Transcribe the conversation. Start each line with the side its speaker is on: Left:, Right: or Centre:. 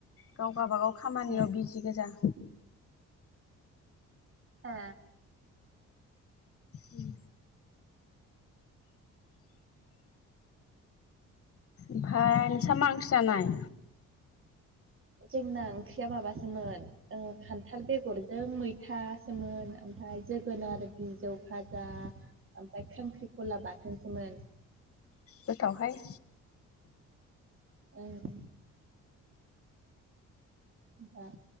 Left: गाव गाबागाव खामानियाव
Right: ए
Left: बिजि गोजा
Right: ए
Left: उम ओमफाय नोंसा मा ओंख्रि जानाय
Right: <inaudible> जोंना ओंख्रिया माबासोमोन ओ खान्थाल बेगरजों मैथासोमोन ओमफाय जोगोनार बिजौ भाजा ओमफाय खांख्रिखला बाथोनसोमोन
Left: गोथावहाय
Right: ओं होमबा